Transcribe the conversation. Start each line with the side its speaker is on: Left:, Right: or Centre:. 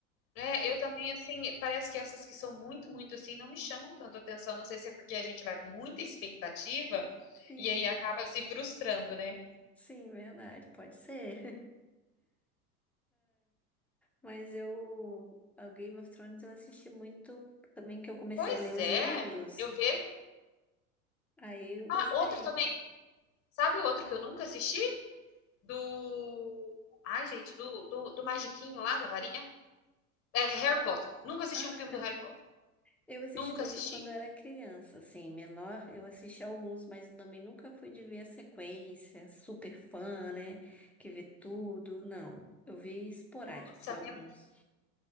Left: É, eu também, assim, parece que essas que são muito, muito assim, não me chamam tanto atenção. Não sei se é porque a gente vai com muita expectativa
Centre: Sim,
Left: e aí acaba se frustrando, né?
Centre: sim, verdade, pode ser. Mas eu, o Game of Thrones eu assisti muito também que eu comecei
Left: Pois
Centre: a ler os
Left: é,
Centre: livros,
Left: eu vejo.
Centre: aí eu
Left: Ah,
Centre: gostei.
Left: outro também. Sabe outro que eu nunca assisti? Do. Ai, gente, do, do, do Magiquinho lá da varinha. É Harry Potter. Nunca assisti
Centre: Ah,
Left: um filme do Harry Potter.
Centre: eu assisti
Left: Nunca
Centre: muito
Left: assisti.
Centre: quando eu era criança, assim, menor, eu assisti alguns, mas também nunca fui de ver a sequência, super fã, né, que vê tudo, não. Eu vi esporádicos
Left: Nossa,
Centre: alguns.
Left: minha-